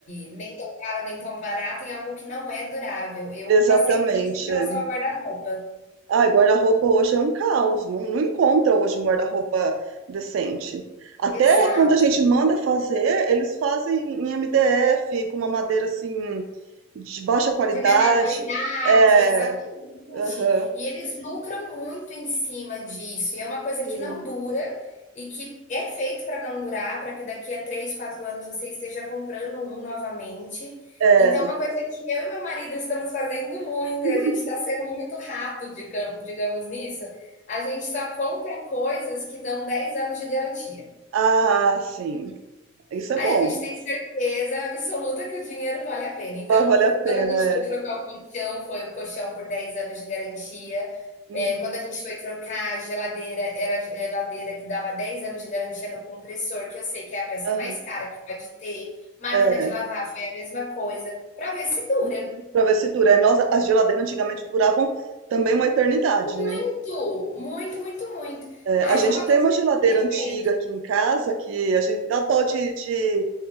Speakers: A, on the left; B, on the right.
A: nem tão caro, nem tão barato, em algo que não é durável. Eu
B: exatamente.
A: passei por isso em relação
B: é.
A: a guarda-roupa.
B: Ai, guarda-roupa hoje é um caos, não, não encontra hoje um guarda-roupa decente. Até
A: Exato.
B: quando a gente manda fazer, eles fazem em MDF, com uma madeira assim, de baixa qualidade.
A: De menor qualidade,
B: É,
A: exatamente.
B: aham,
A: E eles lucram muito em cima disso, e é uma coisa
B: sim,
A: que não dura e que é feito para não durar, para que daqui a 3, 4 anos você esteja comprando um novamente.
B: é.
A: Então, é uma coisa que eu e meu marido estamos fazendo muito,
B: <laughs>
A: e a gente está sendo muito rato, digam- digamos nisso, a gente só compra coisas que dão 10 anos de garantia.
B: Ah, sim. Isso
A: Aí
B: é bom.
A: a gente tem certeza absoluta que o dinheiro vale a pena. Então,
B: Vai valer a pena,
A: quando a gente
B: é.
A: foi trocar o colchão, foi o colchão por 10 anos de garantia.
B: Uhum,
A: Eh, quando a gente foi trocar a geladeira, era a geladeira que dava 10 anos de garantia no compressor, que eu sei que é a peça
B: aham,
A: mais cara que pode ter. Máquina
B: é.
A: de lavar foi a mesma coisa, para ver se dura.
B: Uhum. Pra ver se dura. É, Nós, as geladeiras antigamente duravam também uma eternidade, né?
A: Muito, muito, muito, muito.
B: É,
A: Aí
B: a gente
A: é uma
B: tem
A: coisa
B: uma
A: que
B: geladeira
A: a gente
B: antiga
A: tem feito.
B: aqui em casa que a gente dá dó de, de,